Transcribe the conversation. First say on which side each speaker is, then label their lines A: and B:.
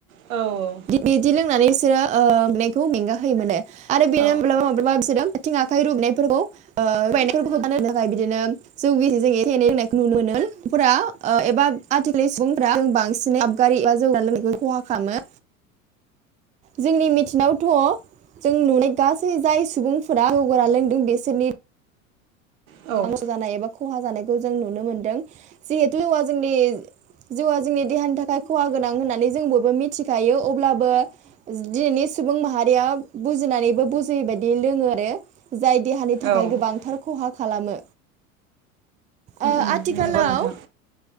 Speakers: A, on the right (about 75°); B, on the right (about 20°).
A: औ औ
B: बिदि लोंनानै बिसोरो ओ मेखौ मेंगा होयोमोनो आरो बेनो
A: औ
B: माब्लाबा माब्लाबा बिसोरो आथिं आखाइ रुबायनायफोरखौ ओ रुवायनायफोरखौ बान थाखाय बिदिनो जौ गिसिजों एसे एनाय जोंनायखौ नुनो मोनो नफोरा एबा आथिखालनि सुबुंफ्रा जों बांसिनै आबगारि एबा जौगानाय लोंनायखौ खहा खालामो जोंनि मिथिनायावथ' जों नुनाय गासै जाय सुबुंफोरा जौ गोरान लोंदों बिसोरनि
A: औ ओं
B: नांसौ जानाय एबा खहा जानायखौ जों नुनो मोनदों जिहेथु जौवा जोंनि जौआ जोंनि देहानि थाखाय खहा गोनां होननानै जों बयबो मिथिखायो अब्लाबो दिनैनि सुबुं माहारिया बुजिनानैबो बुजियै बायदि लोङो आरो जाय देहानि थाखाय
A: औ उम
B: गोबांथार खहा खालामो ओ आथि
A: उम
B: आथिखालाव
A: नंगौ नोंथां